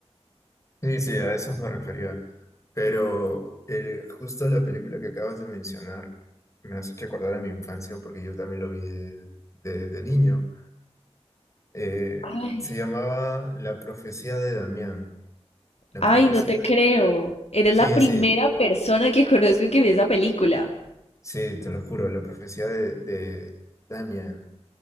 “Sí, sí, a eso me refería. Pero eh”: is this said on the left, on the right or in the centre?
Left